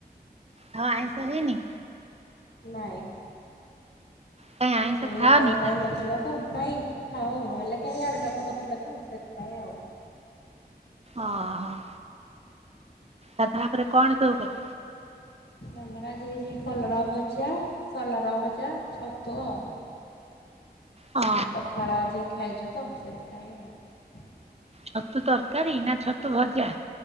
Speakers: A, on the right (about 40°); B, on the left (about 75°).
A: କଁ ଆଁଇଷ ହେଇନି।
B: ନାଇଁ।
A: କାଇଁ ଆଇଁଷ
B: କେହି
A: ଖାଅନି
B: ଆଣିବା ପାଇଁ
A: ନା କଣ?
B: ନଥିଲା ତ। ନାଇଁ ହଉ ହେଲେ କେହି ଆଣିବାକୁ ନଥିଲେ ତ ସେଥିପାଇଁ ଆଉ।
A: ଅ ହ। ଗାଧୁଆପରେ କଣ ସବୁ କଲ
B: ଆମର ଆଜି ହେଇଚି କଲରା ଭଜା, ସଲରା ଭଜା, ଛତୁ ଆଉ।
A: ହଁ
B: ପଖାଳ ଆଜି ଖାଇଚୁ ତ। ସେଥିପାଇଁ ଆଉ।
A: ଛତୁ ତରକାରୀ ନା ଛତୁ ଭଜା।